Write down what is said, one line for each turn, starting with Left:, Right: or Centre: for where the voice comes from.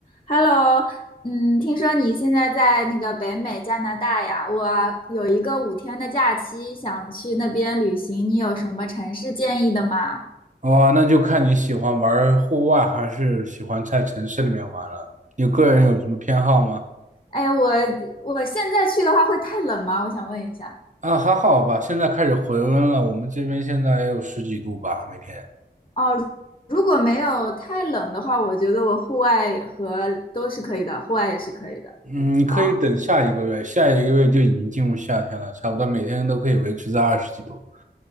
Left: Hello，嗯，听说你现在在那个北美加拿大呀？我有一个五天的假期，想去那边旅行，你有什么城市建议的吗？
Right: 哇，那就看你喜欢玩户外还是喜欢在城市里面玩了。你个人有什么偏好吗？
Left: 哎，我我现在去的话会太冷吗？我想问一下。
Right: 啊，还好吧，现在开始回温了，我们这边现在也有十几度吧，每天。
Left: 哦，如果没有太冷的话，我觉得我户外和都是可以的，户外也是可以的。
Right: 嗯，你可以等下一个月，
Left: 哦
Right: 下一个月就已经进入夏天了，差不多每天都可以维持在二十几度。